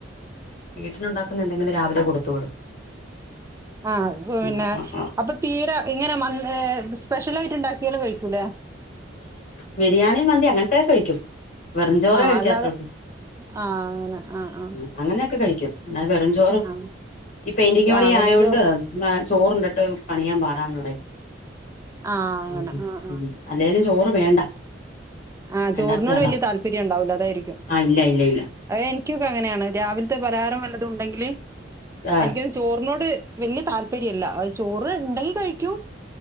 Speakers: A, on the left; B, on the right.
A: വീട്ടിലുണ്ടാക്കുന്ന എന്തെങ്കിലും രാവിലെ കൊടുത്തു വിടും
B: ആ പിന്നെ
A: ഉം, ആ, ആ,
B: അപ്പൊ തീരെ ഇങ്ങനെ മന് ഏ സ്പെഷ്യൽ ആയിട്ട് ഇണ്ടാക്കിയാലും കഴിക്കൂല്ലേ
A: ബിരിയാണിം മന്തി അങ്ങൻത്തെ കഴിക്കും വെറ്ഞ്ചോറെ
B: ആ
A: കഴിക്കാത്തൊള്ളൂ
B: അല്ലാതെ ആ അങ്ങനെ ആ ആ
A: ഉം അങ്ങനെക്കെ കഴിക്കും എന്നാൽ വെറ്ഞ്ചോറ്
B: ആ
A: ഈ പെയിന്റിംഗ്
B: സാവറഞ്ചോ
A: പണി ആയോണ്ട് ചോറ്ണ്ടിട്ട് പണിയാൻ പാടാന്ന് പറയും
B: ആ അങ്ങനെ
A: ഉം
B: ആ ആ
A: അല്ലേലും ചോറ് വേണ്ട
B: ആഹ്
A: വേണ്ടാത്ത
B: ചോറിനോട്
A: ആളാ
B: വല്ല്യ താല്പര്യം ഉണ്ടാവൂല അതായിരിക്കും
A: ആ ഇല്ല ഇല്ല ഇല്ല
B: അത് എൻക്കൊക്കെ അങ്ങനെയാണ് രാവിൽത്തെ പലഹാരം വല്ലതും ഉണ്ടെങ്കില്
A: ആ
B: എനിക്ക് ചോറിനോട് വല്ല്യ താല്പര്യല്ല ചോറ് ഉണ്ടെങ്കി കഴിക്കും